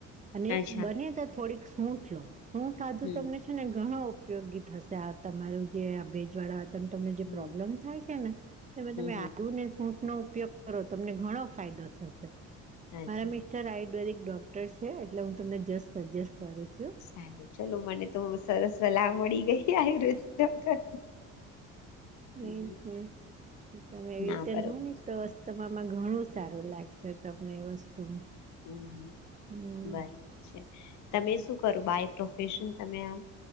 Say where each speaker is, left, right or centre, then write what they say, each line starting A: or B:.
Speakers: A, on the right (about 25°); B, on the left (about 70°).
A: અને
B: અચ્છા
A: બને તો થોડીક સૂઠ લો સૂઠ આદું
B: હમ
A: તમને અને ઘણો ઉપયોગી થશે આ તમારું જે આ ભેજ વાળા. ત તમને જે
B: હમ
A: પ્રોબ્લેમ થાય છે ને તો એમે
B: હમ
A: તમે
B: હમ
A: આદુ ને સૂંઠ નો ઉપયોગ કરો તમને ઘણો ફાયદો થશે
B: અચ્છા
A: મારા મિસ્ટર આયુર્વેદિક ડોક્ટર છે. એટલે હું તમને જસ્ટ સજેસ્ટ કરીશ. જો.
B: સારું ચલો મને તો સરસ સલાહ મળી ગઈ આયુર્વેદિક ડોક્ટર હમ
A: એ તમે એવી રીતે
B: ના બરોબર
A: લો ને. તો અસ્થમા મા ઘણું સારું લાગશે તમને એ વસ્તુ.
B: હમ્મ હમ્મ
A: હમ
B: બરાબર છે તમે શું કરો બાય પ્રોફેશન તમે આમ.